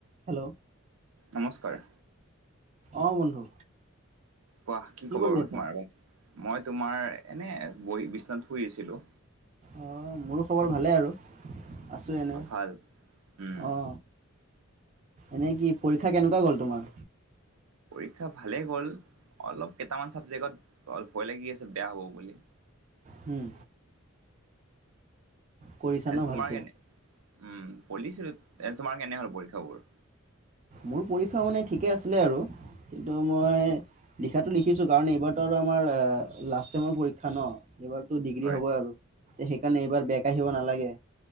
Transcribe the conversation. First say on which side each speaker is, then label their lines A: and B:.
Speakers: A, on the right; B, on the right.
A: Hello.
B: নমস্কাৰ।
A: অঁ বন্ধু।
B: কোৱা কি কব
A: কৰি
B: বাৰল
A: আছা
B: তোমাৰ মই তোমাৰ এনে বহ বিশনাথ। শুইছিলোঁ
A: অঁ মোৰো খবৰ ভালেই আৰু আছোঁ এনে
B: অ, ভাল উম
A: অঁ এনেই কি পৰীক্ষা কেনেকুৱা গ'ল তোমাৰ
B: শিক্ষা ভালেই গ'ল অলপ কেইটামান চাবজেক্টত অ ভয় লাগি আছে বেয়া হ'ব বুলি
A: হম কঢ়িছা
B: এ
A: ন
B: তোমাৰ
A: ভালকে
B: কেনে উম পঢ়িছিলোঁ এনে তোমাৰ কেনে হ'ল পৰীক্ষাবোৰ
A: মোৰ পৰীক্ষা মানে ঠিকে আছিলে আৰু কিন্তু মই লিখাটো লিখিছোঁ কাৰণ এইবাৰতো আমাৰ লাষ্ট চেমৰ পৰীক্ষা ন এইবাৰ টো ডিগ্ৰী
B: হয়
A: হ'ব আৰু তে সেইকাৰণে এইবাৰ বেক কাহিব নালাগে